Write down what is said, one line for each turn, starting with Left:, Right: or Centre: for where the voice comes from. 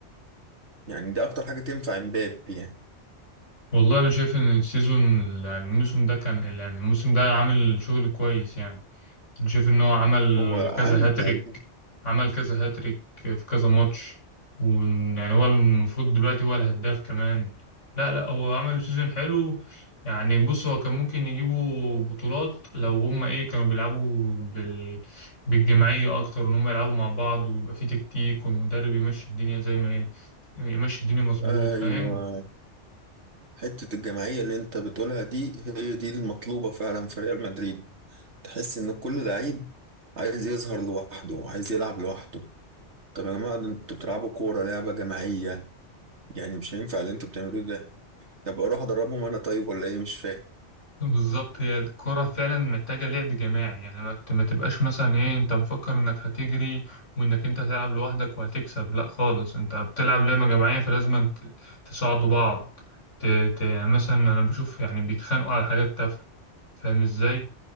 Right: يعني ده اكتر حاجه تنفع امبابي يعني
Left: والله انا شايف ان السيزون يعني الموسم ده كان يعني الموسم ده عامل شغل كويس يعني انا شايف ان هو عمل
Right: هو عامل
Left: كذا
Right: اللي
Left: هاتريك
Right: عليه.
Left: عمل كذا هاتريك في كذا ماتش ويعني هو المفروض دلوقتي هو الهداف كمان لا لا هو عمل سيزون حلو يعني بص هو كان ممكن يجيبوا بطولات لو هما ايه كانوا بيلعبوا بال... بالجماعية اكتر ان هما يلعبوا مع بعض ويبقى في تكتيك والمدرب يمشي الدنيا زي ما هي يمشي الدنيا مظبوط
Right: ايوه
Left: فاهم
Right: حته الجماعيه اللي انت بتقولها دي هي دي المطلوبه فعلا في ريال مدريد تحس ان كل لعيب عايز يظهر لوحده عايز يلعب لوحده طب يا جماعه ده انتوا بتلعبوا كوره لعبه جماعيه يعني مش هينفع اللي انتوا بتعملوه ده طب اروح ادربهم انا طيب ولا ايه مش فاهم
Left: بالظبط هي الكرة فعلا محتاجة لعب جماعي يعني ما ت- ما تبقاش مثلا ايه انت مفكر انك هتجري وانك انت هتلعب لوحدك وهتكسب لا خالص انت بتلعب لعبة جماعية فلازم ت- تساعدوا بعض ت... ت... يعني مثلا انا بشوف يعني بيتخانقوا على حاجات تافهة فاهم ازاي